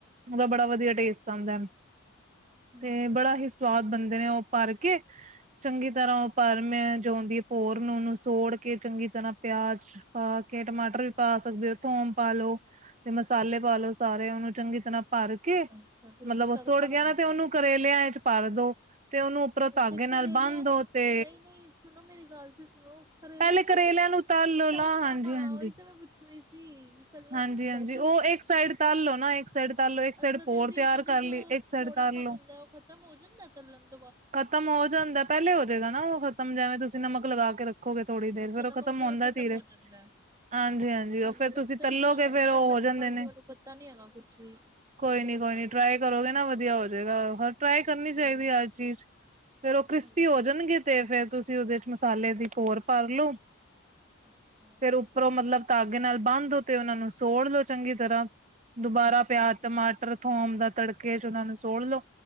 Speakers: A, on the right; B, on the right.
A: ਉਹਦਾ
B: ਹਾਂਜੀ
A: ਬੜਾ ਵਧੀਆ ਟੇਸਟ ਆਦਾ ਹੈ
B: ਹਾਂਜੀ
A: ਤੇ ਬੜਾ ਹੀ ਸਵਾਦ ਹੁੰਦੇ ਨੇ ਉਹ ਭਰ ਕੇ ਚੰਗੀ ਤਰ੍ਹਾਂ ਉਹ ਪਰਮ ਜੋ ਆਦੀ ਹੈ ਭੋਰ ਨੂੰ ਉਹਨੂੰ ਸੋੜ ਕੇ ਚੰਗੀ ਤਰ੍ਹਾਂ ਪਿਆਜ ਪਾ ਕੇ ਟਮਾਟਰ ਵੀ ਪਾ ਸਕਦੇ ਹੋ ਥੋਮ ਪਾਲੋ ਤੇ ਮਸਾਲੇ ਪਾਾਲੋ
B: ਅੱਛਾ
A: ਸਾਰੇ ਉਹਨੂੰ ਚੰਗੀ ਤਰ੍ਹਾਂ ਭਰ ਕੇ
B: ਅੱਛਾ ਫਿਰ
A: ਮਤਲਬ
B: ਉਹਨੂੰ
A: ਉਹ
B: ਤੜਕਾ
A: ਸੁੱੜ ਗਿਆ
B: ਲਗਾਉਣਾ
A: ਨਾ ਤੇ ਉਹਨੂੰ ਕਰੇਲਿਆਂ ਚ ਭਰ ਦੋ ਤੇ ਉਹਨੂੰ
B: ਅੱਛਾ
A: ਉੱਪਰੋਂ ਧਾਗੇ
B: ਤੇ ਕਰੇਲਿਆਂ
A: ਨਾਲ ਬੰਨ
B: ਨੂੰ
A: ਦੋ ਤੇ
B: ਨਹੀਂ'ਨਹੀਂ ਸੁਣੋ ਮੇਰੀ ਗੱਲ ਤੇ ਸੁਣੋ ਕਰੇਲਿਆਂ
A: ਪਹਿਲੇ ਨੂੰ ਤਲ ਲੋ
B: ਤੱਲਾ
A: ਨਾ ਹਾਂਜੀ
B: ਹਾਂ
A: ਹਾਂਜੀ
B: ਉਹੀ ਤੇ ਮੈਂ ਪੁੱਛ ਰੀ ਸੀ। ਚਲਣਾ
A: ਹਾਂਜੀ
B: ਵੀ ਹੁੰਦਾ
A: ਹਾਂਜੀ
B: ਕਿ
A: ਉਹ ਇੱਕ ਸਾਈਡ ਤਲ ਲੋ ਨਾ ਇੱਕ ਸਾਈਡ ਤਲ ਲੋ ਇੱਕ
B: ਅੱਛਾ
A: ਸਾਈਡ
B: ਤੇ
A: ਭੋਰ
B: ਉਹਦੀ-ਉਹਦੀ
A: ਤਿਆਰ ਕਰ ਲਈ
B: ਜੋ
A: ਇੱਕ ਸਾਈਡ
B: ਕੋੜ-'
A: ਤਲ ਲੋ
B: ਦ ਖਤਮ ਹੋੰ ਜਾਦਿ ਐਦਾ।
A: ਖਤਮ ਹੋ ਜਾਂਦਾ ਪਹਿਲੇ ਹੋ ਜਾਵੇਗਾ ਨਾ ਉਹ ਖਤਮ ਜਿਵੇਂ ਤੁਸੀਂ ਨਮਕ ਲਗਾ ਕੇ ਰੱਖੋਗੇ ਥੋੜ੍ਹੀ
B: ਅੱਛਾ
A: ਦੇਰ
B: ਅੱਛਾ
A: ਫੇਰ
B: ਨਮਕ
A: ਉਹ ਖ਼ਤਮ ਹੁੰਦਾ
B: ਨਾਲ
A: ਧੀਰੇ
B: ਹੋ ਜਾਂਦਾ ਹੈ
A: ਹਾਂਜੀ-ਹਾਂਜੀ
B: ਹਾਂਜੀ
A: ਉਹ ਫੇਿਰ
B: ਮੈਂ
A: ਤੁਸੀਂ ਤਲੋਗੇ
B: ਕਦੀ ਬਣਾਏ
A: ਫੇਰ
B: ਨੀ ਨਾ
A: ਉਹ
B: ਤਾਂ
A: ਹੋ ਜਾਂਦੇ
B: ਕਰਕੇ
A: ਨੇ
B: ਮੈਨੂੰ ਪਤਾ ਨੀ ਹੈਗਾ ਕੁਛ ਵੀ
A: ਕੋਈ
B: ਕਰੇਲੇ
A: ਨੀ ਕੋਈ ਨੀ ਟਰਾਈ ਕਰੋਗੇ ਨਾ ਵਧੀਆ ਹੋ ਜਾਏਗਾ ਟਰਾਈ
B: ਹਾਂਜੀ
A: ਕਰਨੀ ਚਾਹੀਦੀ ਹਰ ਚੀਜ਼ ਫੇਰ ਉਹ ਕ੍ਰਿਸਪੀ
B: ਹਾਂਜੀ
A: ਹੋ ਜਾਣਗੇ ਤੇ ਫੇਰ ਤੁਸੀਂ ਉਹਦੇ ਚ ਮਸਾਲੇ ਦੀ ਕੋਰ ਭਰਲੋ
B: ਅੱਛਾ
A: ਫੇਿਰ ਉੱਪਰੋਂ ਮਤਲਬ ਧਾਗੇ ਨਾਲ ਬੰਧੋ ਤੇ ਉਹਨਾ ਨੂੰ ਸੋੜ ਲਓ ਚੰਗੀ ਤਰ੍ਹਾਂ ਦੁਬਾਰਾ
B: ਅੱਛਾ
A: ਪਿਆਜ
B: ਅੱਛਾ
A: ਟਮਾਟਰ ਥੋਮ ਦਾ ਤੜਕੇ ਚ ਉਹਨਾ ਨੂੰ ਸੋੜ ਲਓ